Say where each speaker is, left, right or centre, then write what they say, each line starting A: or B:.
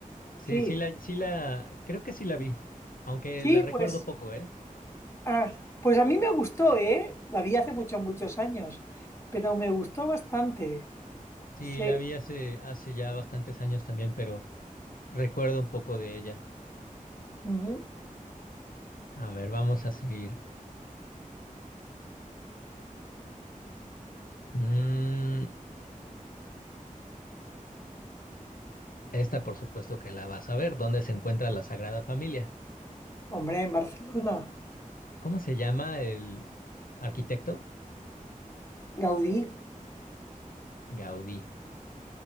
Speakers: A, on the left (about 80°); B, on the left (about 20°).
A: sí,
B: Sí,
A: sí la, sí la, creo que sí la vi, aunque
B: sí,
A: la recuerdo
B: pues
A: poco, ¿eh?
B: Ah, pues a mí me gustó, ¿eh? La vi hace muchos, muchos años, pero me gustó bastante.
A: Sí,
B: Sí.
A: la vi hace, hace ya bastantes años también, pero recuerdo un poco de ella.
B: Ujú.
A: A ver, vamos a seguir. Mm, esta por supuesto que la vas a ver. ¿Dónde se encuentra la Sagrada Familia?
B: Hombre, en Barcelona.
A: ¿Cómo se llama el arquitecto?
B: Gaudí.
A: Gaudí.